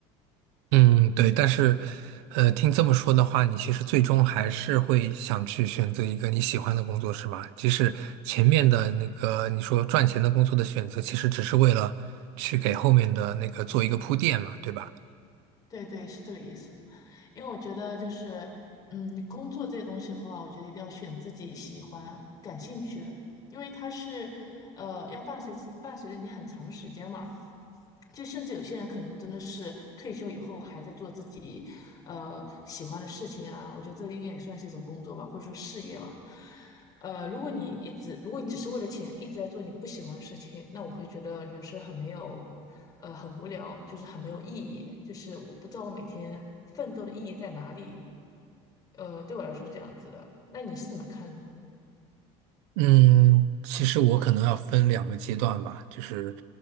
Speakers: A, on the right; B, on the left.
A: 嗯，对，但是，呃，听这么说的话，你其实最终还是会想去选择一个你喜欢的工作，是吧？即使前面的那个你说赚钱的工作的选择，其实只是为了去给后面的那个做一个铺垫嘛，对吧？
B: 对对，是这个意思。因为我觉得就是，嗯，工作这些东西的话，我觉得一定要选自己喜欢、感兴趣的，因为它是，呃，要伴随伴随着你很长时间嘛。就甚至有些人可能真的是退休以后还在做自己，呃，喜欢的事情啊。我觉得这个应该也算是一种工作吧，或者说事业吧。呃，如果你一直，如果你只是为了钱一直在做你不喜欢的事情，那我会觉得人生很没有，呃，很无聊，就是很没有意义，就是我不知道我每天奋斗的意义在哪里。呃，对我来说是这样子的。那你是怎么看呢？
A: 嗯，其实我可能要分两个阶段吧，就是